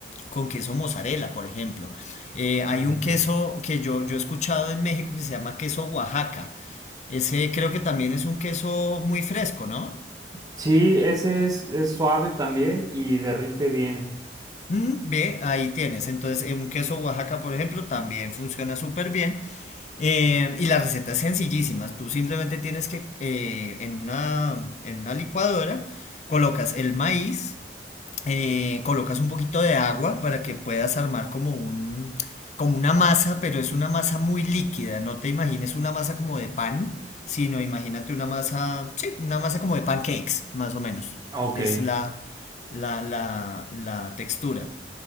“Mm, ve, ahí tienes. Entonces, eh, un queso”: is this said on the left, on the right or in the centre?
Left